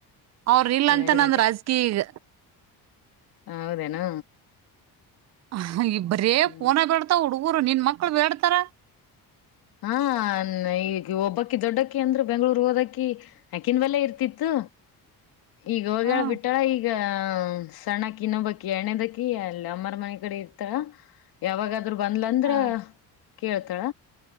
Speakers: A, on the right; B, on the left.
A: ಅವ್ರ ಇಲ್ಲ
B: ಎರಡು
A: ಅಂತ ನಂದು ರಾಜಕೀಯ ಈಗ
B: ಹ ಹೌದೇನಾ
A: ಹ ಇಬ್ಬರೇ
B: ಹ್ಮ್
A: ಫೋನ್ ಬಡ್ತಾ ಹುಡುಗುರು ಊರು ನಿನ್ ಮಕ್ಕಳು ಬೇಡ್ತಾರ
B: ಹಾ ಈ ಒಬ್ಬಕ್ಕಿ ದೊಡ್ಡಕ್ಕಿ ಅಂದ್ರೆ ಬೆಂಗಳೂರು ಹೋದಕಿ ಅಕನ್ವೆಲ್ಲ ಇರ್ತಿತ್ತು ಈಗ ಹೋಗಳ
A: ಹ್ಮ್
B: ಬಿಟ್ಟಾಳ ಈಗ ಹ ಸಣ್ಣಕಿ ಇನ್ನೊಬಕಿ ಎರಡನೇ ದಕಿ ಅಲ್ಲಿ ಅಮ್ಮರ ಮನೆ ಕಡೆ ಇರ್ತಾಳ ಯಾವಾಗ ಅದ್ರರು ಬಂದ್ಲಂದ್ರ
A: ಹ
B: ಕೇಳ್ತಾಳ